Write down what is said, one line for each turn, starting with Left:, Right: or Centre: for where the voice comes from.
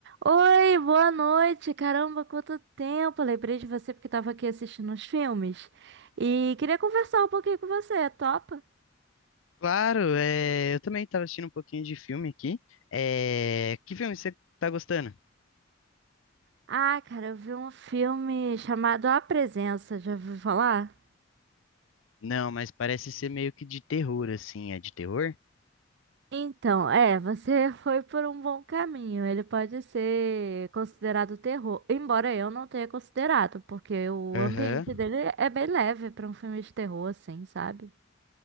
Right: Oi, boa noite. Caramba, quanto tempo! Lembrei de você porque tava aqui assistindo uns filmes e queria conversar um pouquinho com você, topa?
Left: Claro, é, eu também estava assistindo um pouquinho de filme aqui. É, que filme você tá gostando?
Right: Ah, cara, eu vi um filme chamado A Presença, já ouviu falar?
Left: Não, mas parece ser meio que de terror, assim. É de terror?
Right: Então, é, você <laughs> foi por um bom caminho. Ele pode ser considerado terror, embora eu não tenha considerado, porque o
Left: Aham.
Right: ambiente dele é bem leve pra um filme de terror, assim, sabe?